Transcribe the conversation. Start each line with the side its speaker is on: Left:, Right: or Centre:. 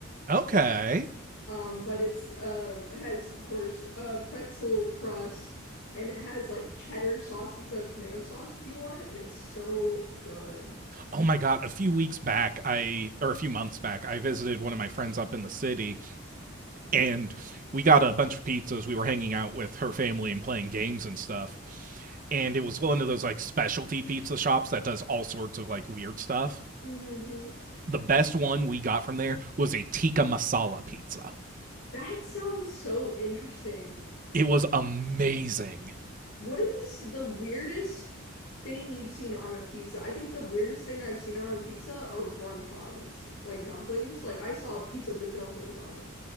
Right: Okay.
Left: Um, but it's um it has of course uh pretzel crust and it has like cheddar sauce instead of tomato sauce if you want, and it's so good.
Right: Oh my god, a few weeks back, I or a few months back, I visited one of my friends up in the city and we got a bunch of pizzas. We were hanging out with her family and playing games and stuff. And it was one of those like specialty pizza shops that does all sorts of like weird stuff.
Left: Mm-hmm.
Right: The best one we got from there was a tikka masala pizza.
Left: That sounds so interesting.
Right: It was amazing.
Left: What is the weirdest thing you've seen on a pizza? I think the weirdest thing I've seen on a pizza are wontons, like dumplings. Like I saw a pizza with dumplings on it.